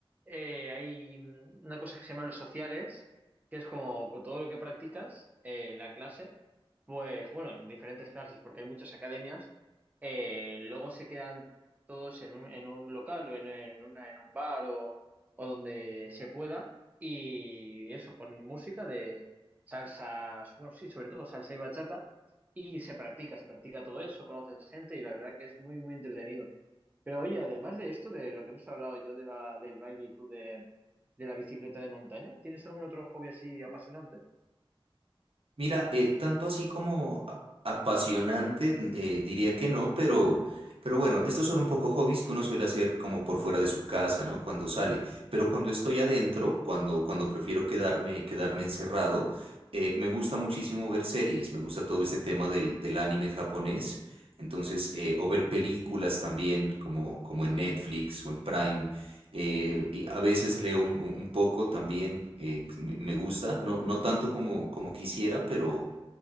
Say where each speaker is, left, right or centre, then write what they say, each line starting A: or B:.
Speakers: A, on the right; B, on the right.
A: eh, hay mm, una cosa que se llaman los sociales, que es como con todo lo que practicas eh, en la clase, pues bueno, en diferentes clases, porque hay muchas academias, eh, luego se quedan todos en un, en un local o en, en una, en un bar o, o donde se pueda y eso, ponen música de salsas, bueno, sí, sobre todo salsa y bachata y se practica, se practica todo eso, conoces gente y la verdad que es muy, muy entretenido. Pero oye, además de esto, de lo que hemos hablado yo de la, del baile y tú de, de la bicicleta de montaña, ¿tienes algún otro hobby así apasionante?
B: Mira, eh, tanto así como a- apasionante, eh, diría que no, pero, pero bueno, estos son un poco hobbies que uno suele hacer como por fuera de su casa, ¿no? Cuando sale. Pero cuando estoy adentro, cuando, cuando prefiero quedarme, quedarme encerrado, eh, me gusta muchísimo ver series, me gusta todo este tema del, del anime japonés. Entonces, eh, o ver películas también, como, como en Netflix o en Prime. Eh, y a veces leo un, un- poco también, eh, me me gusta, no, no tanto como, como quisiera, pero,